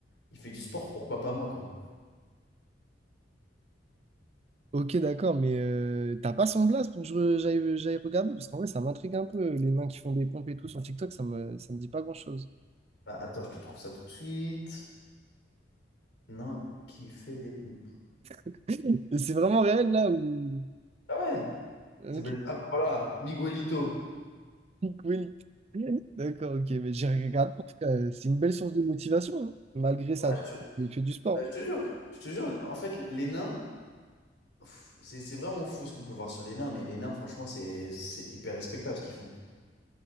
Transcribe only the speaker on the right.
ok, d'accord, mais euh, t'as pas son blast pour que je- j'aille j'aille regarder? Parce qu'en vrai, ça m'intrigue un peu. Les nains qui font des pompes et tout sur TikTok, ça me, ça me dit pas grand-chose.
<laughs> Et c'est vraiment réel, là, où...
Ok,
Willy. D'accord, ok, mais j'ai regardé. En tout cas, euh, c'est une belle source de motivation, hein. Malgré ça,
il fait du sport.